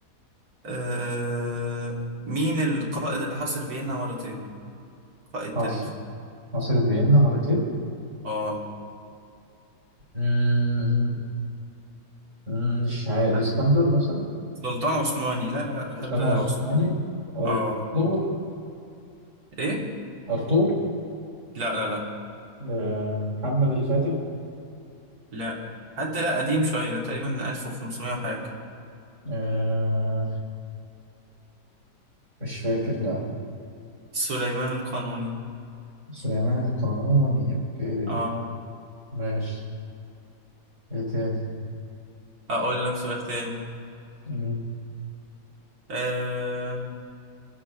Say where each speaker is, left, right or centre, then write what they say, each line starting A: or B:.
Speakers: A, on the right; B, on the right.
A: آه... مين القائد اللي حاصر فيينا مرتين قائد
B: حاصر
A: تاريخي
B: حاصر فيينا مرتين
A: اه
B: مم، مم، مش عارف
A: حد-
B: الاسكندر مثلا
A: سلطان عثماني لا لا لا ده حد
B: كان
A: عثماني
B: عثماني ارطغرل
A: اه ايه
B: ارطغرل
A: لا لا لا
B: آه، محمد الفاتح
A: لا حد لا قديم شوية ده تقريبا 1500 وحاجة
B: آه مش فاكر لا
A: سليمان القانوني
B: سليمان القانوني اوكي
A: اه
B: ماشي ايه تاني
A: اقول لك سؤال تاني
B: مم.
A: آه...